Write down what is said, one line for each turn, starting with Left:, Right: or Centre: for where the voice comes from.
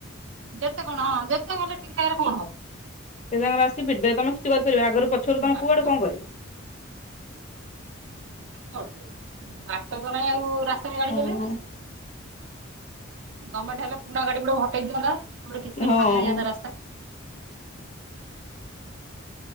Right: ଯେତେ କଣ ହଁ ଯେତେ ଗଲେ ଠିକ୍ ଠାକରେ କଣ ହବ।
Left: ସେତାଙ୍କର ଆସି ପିଟି ଦେବେ ତମେ କିଛି କରିପାରିବ ଆଗରୁ ପଛରୁ ତମ
Right: ବାଟ
Left: କୁଆଡ଼ୁ କଣ କରିବ।
Right: ହୁଁ ହୁଁ <unintelligible> ବାଟସାରା ଆଉ ରାସ୍ତାରେ ଗାଡ଼ି
Left: ହଁ।
Right: ଚାଲେଇବେ। ଗଣମେଣ୍ଟ ହେଲେ ପୁରୁଣା ଗାଡ଼ି ଗିଡ଼ିଅରା ହଟେଇ ଦିଅନ୍ତା ସିଏଗୋଟେ କିଛିହେଲେ
Left: ହଁ
Right: ଫାଙ୍କା ହେଇଯାନ୍ତା ରାସ୍